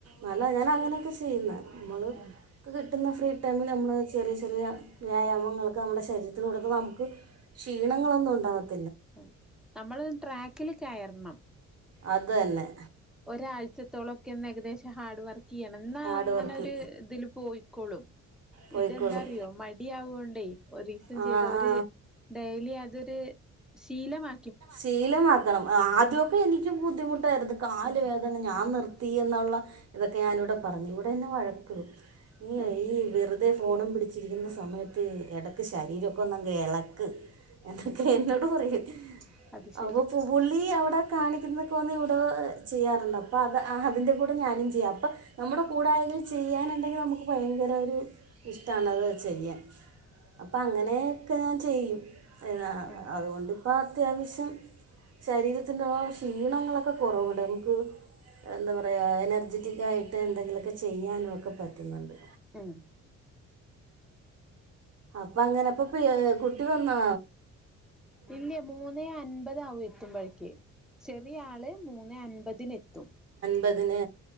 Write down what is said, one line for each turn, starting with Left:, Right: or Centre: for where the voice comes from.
Right: നല്ല, ഞാനഅങ്ങനൊക്കെ, ചെയ്യുന്നെ, നമ്മള്
Centre: ഉം
Right: <unintelligible> പിന്നെ, ഫ്രീ, ടൈമില് നമ്മള് ചെറിയ, ചെറിയ, വ്യായാമങ്ങളൊക്കെ, നമ്മുടെ, ശരീരത്തിന്, കൊടുക്കുമ്പോ, നമുക്ക്, ക്ഷീണങ്ങളൊന്നും, ഉണ്ടാകത്തി
Centre: അ, നമ്മള്, ട്രാക്കില്, കയറണം.
Right: അത് ന്നെ.
Centre: ഒരാഴ്ചത്തോളൊക്കെ ഒന്ന് ഏകദേശം ഹാർഡ്, വർക്കെയ്യണം. ന്നാ,
Right: ഹാർഡ്
Centre: അങ്ങനെ,
Right: വർക്ക്
Centre: ഒരു തില് പോയിക്കോളും.
Right: പോയിക്കോളും
Centre: ഇതെന്താ, അറ്യോ, മടിയാവൊണ്ടേ, ഒറീസം
Right: ആ
Centre: ചെയ്ത ഒര്,
Right: ആ
Centre: ഡെയിലി അത് ര്, ശീലമാ
Right: ശീലമാക്കണം. ആദ്യക്കെ, എനിക്ക്, ബുദ്ധിമുട്ടായിരുന്നു, കാല്,
Centre: ഉം
Right: വേദ, ന ഞാൻ നിർ ത്തി, എന്നുള്ള, ഇതൊക്കെ, ഞാനിവിടെ, പറഞ്ഞു, ഇവിടെന്നെ, വഴക്കിടും, നീയേ,
Centre: ഉം
Right: നീ വെറുതെ ഫോണും, പിടിച്ചിരിക്കുന്ന, സമയത്ത്, എടയ്ക്ക്, ശരീരൊക്കെ, ഒന്നങ്ങ്, എളക്ക് എന്നൊക്കെ,
Centre: ഉം
Right: എന്നോട്, പറയും,
Centre: അത് ശരി
Right: അപ്പ, പൂ നീ, അവിടെ, കാണിക്കുന്നൊക്കെ, വന്ന്, ഇവിടെ ചെയ്യാറുണ്ടോ അപോ, ആ, അതിന്റെ, കൂടെ ഞാനും ചെയ്യാ അപോ ന മ്മുടെ, കൂടെ, ആരെലും, ചെയ്യാനുണ്ടെങ്കി, നമുക്ക്, ഭയങ്കര, ഒരു ഇഷ്ട്ടാണ്, അത് ചെയ്യാൻ. അപ്പ. അങ്ങനെയൊക്കെ, ഞാൻ, ചെയ്യും. ഏ,
Centre: ഉം
Right: അതുകൊണ്ടിപ്പ, അത്യാവശ്യം ശരീരത്തിന്റെ, ഓ, ക്ഷീണങ്ങളൊക്കെ, കൊറവുണ്ട്, നമുക്ക് എന്താ, പറയാ. എനർജിറ്റിക്, ആയിട്ട്, എന്തെങ്കിലുമൊക്കെ, ചെയ്യാനൊക്കെ, പറ്റുന്നുണ്ട്.
Centre: ഉം
Right: അപ്പൊ അങ്ങനെ പ്പൊ ഫ്രീയായൊ കുട്ടി വന്നാ
Centre: ഇല്ല്യ മൂന്നെഅൻപതാവും എത്തുമ്പോഴേക്ക് ചെറിയ ആള് മൂന്നെ അൻപതിനെത്തും
Right: ബതിന്